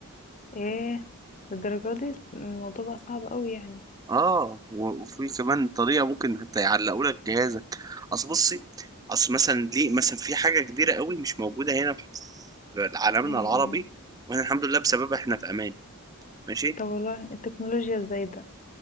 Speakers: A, on the left; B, on the right.
A: ايه للدرجة دي الموضوع بقى صعب أوي يعني
B: اه و- وفي كمان طريقه ممكن حتى يعلقوا لك جهازك اصل بصي اصل مثلا ليه مثلا في حاجه كبيره قوي مش موجوده هنا في عالمنا
A: م-
B: العربي
A: م.
B: واحنا الحمد لله بسببها احنا في امان ماشي
A: طب والله التكنولوجيا الزايدة